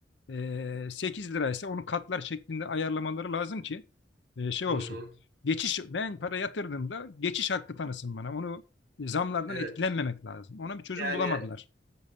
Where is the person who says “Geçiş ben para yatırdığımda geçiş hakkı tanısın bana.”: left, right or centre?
Left